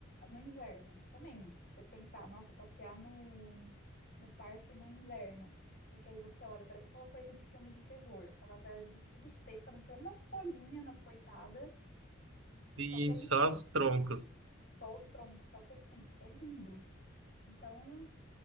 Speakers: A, on the left (about 50°); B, on the right (about 75°).
A: no inverno, também, você pensar, nossa, passear no, no parque no inverno. Só que aí você olha, parece aquela coisa de filme de terror, aquelas árvores tudo seca, não tem uma folhinha nas coitadas,
B: Sim,
A: só que é lindo.
B: só os troncos.
A: Só os troncos, só que assim, é lindo. Então,